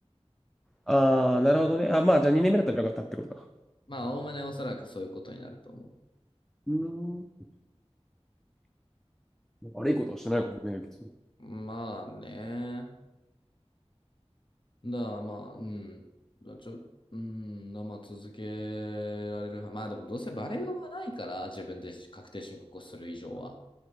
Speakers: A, in the centre; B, on the left (about 45°).
A: ああ、なるほどね。あ、まあ、じゃあ2年目だったらよかったってことか。
B: まあ、おおむねおそらくそういうことになると思
A: うーん。悪いことはしてないからね、別に。
B: う。まあね。だからまあ、うん。だちょ、うん。だからまあ、続けられるは。まあでも、どうせバレようがないから、自分で確定申告をする以上は。